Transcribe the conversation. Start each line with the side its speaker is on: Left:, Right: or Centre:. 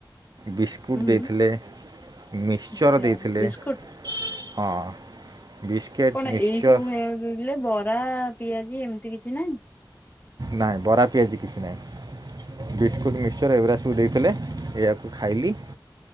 Right: ବିସ୍କୁଟ୍
Left: ହୁଁ
Right: ଦେଇଥିଲେ, ମିକ୍ସଚର୍
Left: ଆଚ୍ଛା
Right: ଦେଇଥିଲେ।
Left: ବିସ୍କୁଟ
Right: ହଁ। ବିସ୍କେଟ୍
Left: କଣ
Right: ମିକ୍ସଚର୍
Left: ଏଇ ସବୁ ଖାଇବାକୁ ଦେଇଥିଲେ ବରା, ପିଆଜି ଏମିତି କିଛି ନାହିଁ?
Right: ନାଇଁ ବରା ପିଆଜି କିଛି ନାହିଁ। ବିସ୍କୁଟ, ମିକ୍ସର ଏଗୁରା ସବୁ ଦେଇଥିଲେ ସେଇଆକୁ ଖାଇଲି